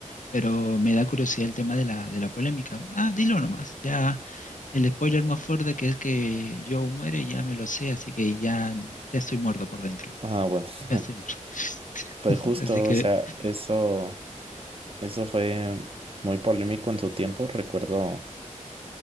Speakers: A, on the left; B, on the right.
A: pero me da curiosidad el tema de la, de la polémica. Ah, dilo nomás, ya el spoiler más fuerte que es que Joe muere, ya me lo sé, así que ya, ya estoy muerto por dentro.
B: Ah, bueno. <laughs>
A: Ya estoy muerto.
B: Pues
A: <laughs>
B: justo,
A: Así que,
B: o sea, eso, eso fue muy polémico en su tiempo. Recuerdo,